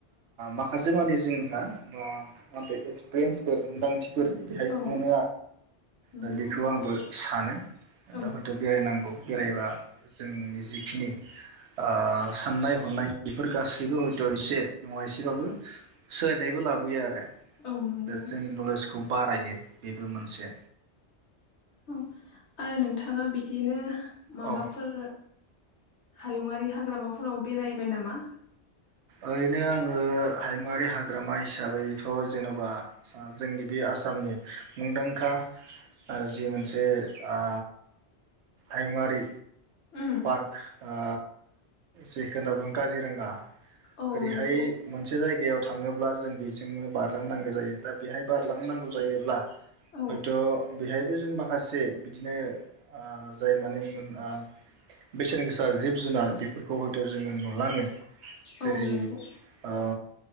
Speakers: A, on the right; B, on the left.
A: माखासे मानि जोंहा ओ एक्सपिरियेन्सफोर मोनदांथिफोर बेहाय
B: औ
A: मोनो।
B: नंगौ
A: दा बेखौ आंबो। सानो।
B: औ
A: दा हयथ' बेरायनांगौ। बेरायबा जोंनि जिखिनि ओ साननाय हनाय बेफोर गासैबो हयथ' एसे नङा एसेबाबो सोलायनायबो लाबोयो आरो।
B: औ नंगौ।
A: दा जोंनि नलेजखौ बारायो बेबो मोनसे।
B: औ आरो नोंथाङा बिदिनो माबाफोर
A: औ
B: हायुंआरि हाग्रामाफोराव बेरायबाय नामा?
A: ओरैनो आंओ हायुंआारि हाग्रामा हिसाबैथ' जेन'बा सा जोंनि बे आसामनि मुंदांखा जि मोनसे आ हायुंआारि
B: उम
A: पार्क आ जेखो होनना बुङो काजिरोंगा
B: औ
A: ओरैहाय
B: नंगौ
A: मोनसे जायगायाव थाङोब्ला जों बेजोंनो बारलांनांगो जायो बा बेहाय बारलांनांगौ जायोब्ला
B: औ
A: हयथ' बेहायबो जों माखासे बिदिनो आ जाय माने आ बेसेन गोसा जिब जुनार बेफोरखौ हयथ' जों नुलाङो। जेरै
B: औ नंगौ
A: ओ